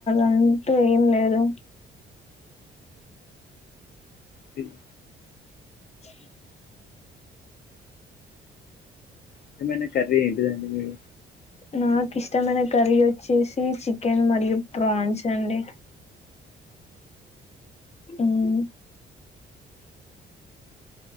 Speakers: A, on the left (about 35°); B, on the left (about 50°).
A: అంతా ఏం లేదు
B: తీన్
A: చి
B: ఇష్టమైన కర్రీ ఏంటిదండి మీరు
A: నాక్ ఇష్ ఇష్టమైన కర్రీ వచ్చేసి చికెన్ మరియు ప్రాన్స్ అండి. ఉమ్